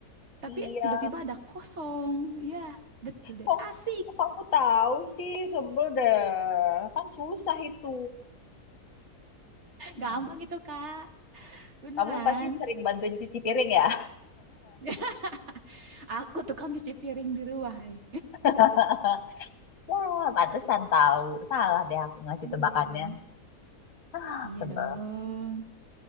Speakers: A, on the right; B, on the left.
A: Tapi
B: iya.
A: tiba-tiba ada kosong. Ya, betul deh.
B: Kok,
A: Asik.
B: kok kamu tahu sih, sebel deh. Kan susah itu. Hmm,
A: Gampang gitu, Kak. Beneran.
B: Kamu pasti sering bantuin cuci piring ya?
A: <laughs> Aku tukang cuci piring di rumah nih.
B: <laughs> Wah, pantesan tahu. Salah deh aku ngasih
A: Iya
B: tebakannya.
A: dong.
B: Ah,
A: Iya
B: sebel.
A: dong.